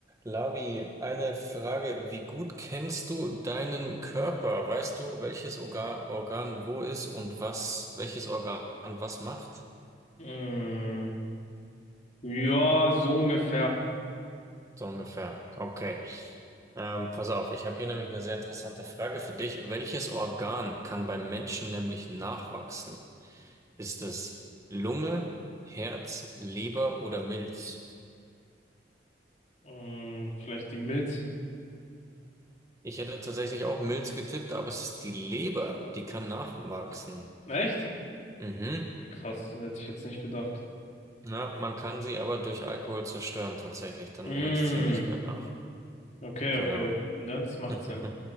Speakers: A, on the right (about 20°); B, on the left (about 40°).
A: Labi, eine Frage. Wie gut kennst du deinen Körper? Weißt du, welches Organ, Organ wo ist und was, welches Organ was macht?
B: Mm, ja, so ungefähr.
A: So ungefähr. Okay. Ähm, pass auf, ich habe hier nämlich eine sehr interessante Frage für dich. Welches Organ kann beim Menschen nämlich nachwachsen? Ist es Lunge, Herz, Leber oder Milz?
B: Mm, vielleicht die Milz.
A: Ich hätte tatsächlich auch Milz getippt, aber es ist die Leber, die kann nachwachsen.
B: Echt?
A: Mhm.
B: Okay, krass, hätte ich jetzt nicht gedacht.
A: Ja, man kann sie aber durch Alkohol zerstören, tatsächlich. Dann
B: Mm,
A: wächst sie nicht mehr nach.
B: okay,
A: Genau.
B: okay. Ja, das macht
A: <laughs>
B: Sinn.